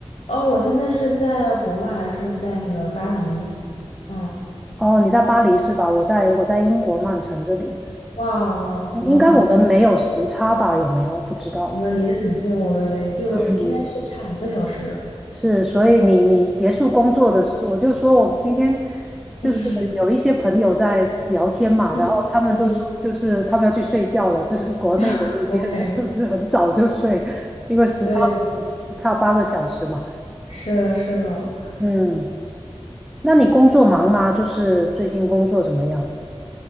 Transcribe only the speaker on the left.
哦，我现在是在国外，是在那个巴黎。嗯，
哇哇，
很好，
我们离得很近，我们就应该是差一个小时。
<laughs> 嗯嗯嗯
<laughs>，OK，
对对，
是的，是的。